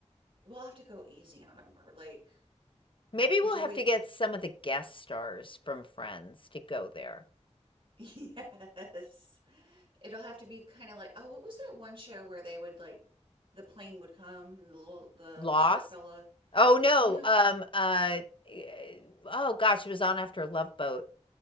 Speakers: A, on the right (about 50°); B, on the left (about 45°).
A: we'll have to go easy on them or like
B: Maybe we'll
A: Joey
B: have to get some of the guest stars from Friends to go there.
A: <laughs> Yes. It'll have to be kind of like, oh, what was that one show where they would like the plane would come and the little the
B: Lost?
A: short fella?
B: Oh no.
A: No.
B: Um uh eh, oh gosh, it was on after Love Boat.